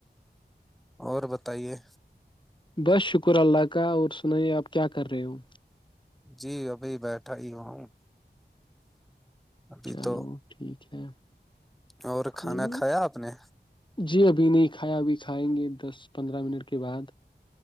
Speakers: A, in the centre; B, on the left.
A: اور بتائیے
B: بس شکر اللہ کا اور سنائیے آپ کیا کر رہے ہو
A: جی ابھی بیٹھا ہی ہوں ابھی
B: چلو
A: تو
B: ٹھیک ہے
A: اور کھانا
B: ہوں،
A: کھایا آپ نے
B: جی ابھی نہیں کھایا ابھی کھائیں گے دس پندرہ منٹ کے بعد